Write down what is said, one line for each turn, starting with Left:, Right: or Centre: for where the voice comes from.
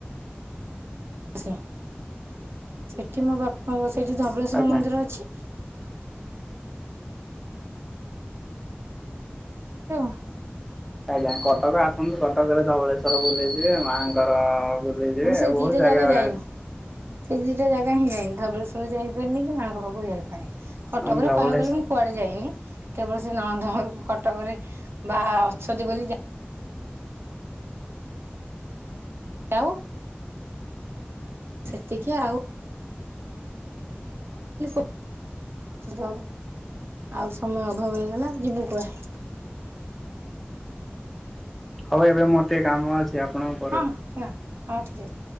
Right: <unintelligible> ସେଠି ମୋ ବାପାଙ୍କ, ସେଠି ଧବଳେଶ୍ଵର
Centre: ଆଜ୍ଞା।
Right: ମନ୍ଦିର ଅଛି। <unintelligible>
Centre: ଆଜ୍ଞା କଟକ ଆସନ୍ତୁ। କଟକରେ ଧବଳେଶ୍ଵର ବୁଲି ଯିବେ ମାଆଙ୍କର ବୁଲି ଯିବେ,
Right: ମୁଁ ସେଇ
Centre: ବହୁତ
Right: ଦିଟା
Centre: ଜାଗା ଗୁଡ଼ା
Right: ଯାଇନି।
Centre: ଅଛି।
Right: ସେଇ ଦିଟା ଜାଗା ହିଁ ଯାଇନି। ଧବଳେଶ୍ୱର ଯାଇପାରନି କି ମାଆଙ୍କ ପାଖକୁ ଯାଇପାରିନି।
Centre: ଅଛି।
Right: କଟକରେ
Centre: ଧବଳେଶ
Right: କହିଆକୁ ଗଲେ ମୁଁ କୁଆଡ଼େ ଯାଇନି। କେବଳ ସେ ନଣନ୍ଦ ଘରକୁ କଟକରେ ବା ଅଛନ୍ତି ବୋଲି ଯାଉ। ସେତିକି ଆଉ। <unintelligible> <unintelligible> ଆଉ ସମୟ ଅଭାବ ହେଇଗଲା ଯିବୁ କୁଆଡ଼େ?
Centre: ହଉ ଏବେ ମୋର ଟିକେ କାମ ଅଛି। ଆପଣ
Right: ହଁ ହଁ ଠିକ ହଁ ଠିକ୍ ଅଛି।